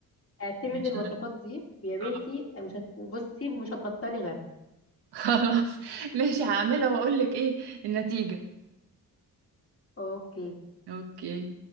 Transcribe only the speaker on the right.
عشان
أنا-
اه <laughs>
خلاص ماشي هعملها واقول لك ايه النتيجة
اوكي